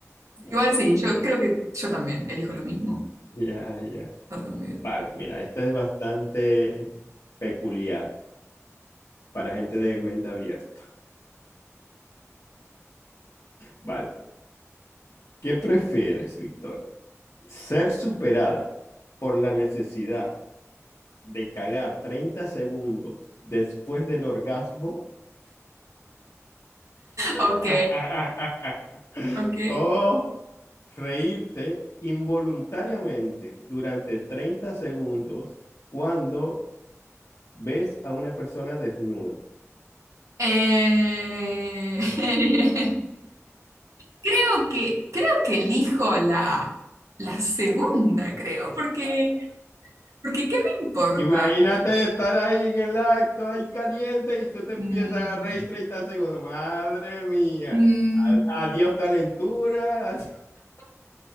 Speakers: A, on the left; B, on the right.
A: no,
B: Igual sí,
A: no.
B: yo
A: <laughs>
B: creo que yo también elijo lo mismo.
A: Ya, ya.
B: No tengo idea.
A: Vale, mira, esta es bastante peculiar para gente de mente abierta. Vale. ¿Qué prefieres, Victoria? ¿Ser superada por la necesidad? de cagar 30 segundos después del orgasmo <laughs>
B: Ok, ok.
A: o reírte involuntariamente durante 30 segundos cuando ves a una persona desnuda.
B: Eh, <laughs> Creo que, creo que elijo la, la segunda, creo, porque, porque ¿qué me importa?
A: Imagínate estar ahí en el acto, ahí caliente, y tú te empiezas
B: Mm,
A: a reír 30 segundos. Madre mía.
B: mm,
A: A- Adiós calentura. <laughs>